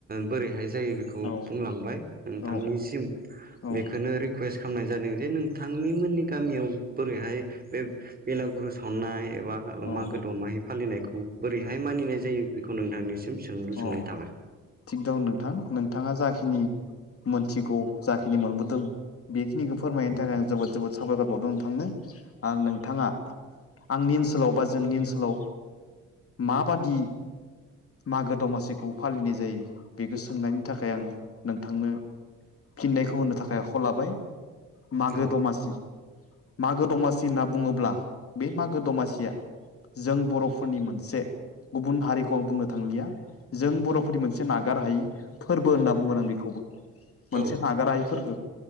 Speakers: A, on the right; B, on the left.
A: बोरैहाय जायो बेखौ
B: औ
A: बुंलांबाय नोंथांनिसिम
B: औ औ
A: बेखोनो रिकुवेस्ट खामनाय जादों जे नोंथांनि मोननि गामियाव बोरैहाय बे बेलागुरु सावनाय एबा
B: औ
A: माागो
B: औ
A: दौ माय फालिनायखौ बोरैहाय मानिनाय जायो बेखौ नोंथांनिसिम सोंलु सोंनाय
B: अ
A: थाबाय
B: थिग दं नोंथां नोंथाङा जाखिनि मोनथिगौ जाखिनि मोनबोदों बेखिनिखौ फोरमायनो थाखाय आं जोबोद जोबोद साबायखर बावदों नोंथांनो आरो नोंथाङा आंनि ओनसोलाव बा जोंनि ओनसोलाव माबादि मागो दमासिखौ फालिनाय जायो बेखो सोंनायनि थाखाय आं नोंथांनो फिन्नायखौ होनो थाखाय आखायाव लाबाय मागो
A: औ
B: दमासि मागो दमासि होनना बुङोब्ला बे मागो दमासिया जों बर'फोरनि मोनसे गुबुन हारिखौ आं बुंनो थांलिया जों बर'फोरनि मोनसे नागार हायै फोरबो होनना बुंगोन आं बेखौबो।
A: औ
B: मोनसे नागार हायि फोरबो